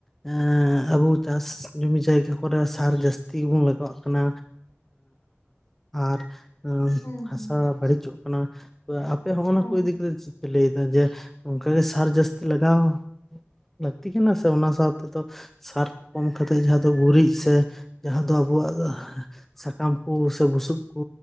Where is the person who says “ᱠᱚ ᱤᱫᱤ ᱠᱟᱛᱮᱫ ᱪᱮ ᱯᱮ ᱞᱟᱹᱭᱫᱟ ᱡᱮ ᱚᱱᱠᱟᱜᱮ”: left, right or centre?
Centre